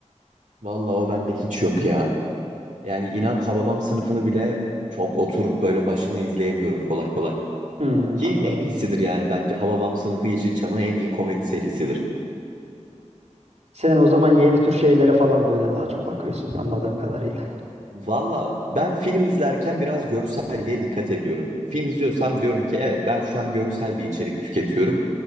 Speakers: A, on the right; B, on the right.
A: vallahi o bende hiç yok ya. Yani inan Hababam sınıfını bile çok oturup böyle başına izleyemiyorum kolay kolay.
B: Hmm,
A: Ki
B: anladım.
A: en iyisidir yani bence Hababam sınıfı Yeşilçam'ın en iyi komedi serisidir.
B: Sen o zaman yeni tür şeylere falan böyle daha çok bakıyorsun anladığım kadarıyla.
A: Valla ben film izlerken biraz görselliğe dikkat ediyorum. Film izliyorsam diyorum ki evet ben şu an görsel bir içerik tüketiyorum.